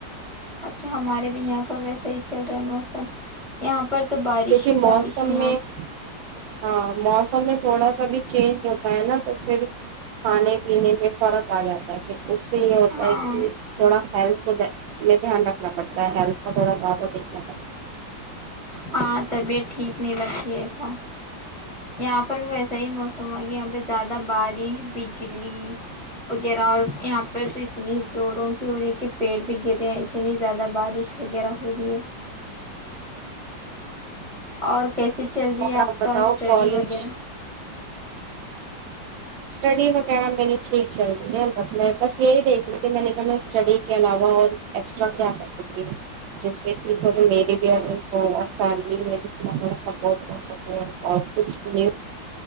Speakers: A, in the centre; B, on the right.
A: اچھا ہمارے بھی یہاں پر ویسا ہی چل رہا ہے موسم یہاں پر تو بارش
B: کیونکہ
A: ہی بارش
B: موسم
A: ہے یہاں
B: میں
A: پر۔
B: ہاں موسم میں تھوڑا سا بھی چینج ہوتا ہے نا تو پھر کھانے پینے میں فرق آ جاتا ہے پھر اس سے یہ ہوتا
A: ہاں
B: ہے کہ تھوڑا ہیلتھ کو دھیان رکھنا پڑتا ہے ہیلتھ کا تھوڑا دعوا دیکھنا پڑتا ہے
A: ہاں طبیعت ٹھیک نہیں لگتی کیسا یہاں پر بھی ویسا ہی موسم ہو کہ یہاں پہ زیادہ بارش بجلی وغیرہ اور یہاں پہ تو اتنی زوروں کی ہو رہی ہے کہ پیڑ بھی گر رہے ہیں اتنی زیادہ بارش وغیرہ ہو رہی ہے اور کیسے چل رہی
B: اور
A: ہے آپ کا
B: بتاؤ
A: اسٹڈی
B: کالج
A: وغیرہ
B: اسٹڈی وغیرہ میں نے ٹھیک چل ہے ب میں بس یہی دیکھی کہ میں نے کیا میں اسٹڈی کے علاوہ اور ایکسٹرا کیا کر سکتی ہوں جس سے کہ تھوڑے میری بھی اور ان کو اور فیملی میں بھی تھوڑا تھوڑا سپورٹ کر سکوں اور کچھ بھی نہیں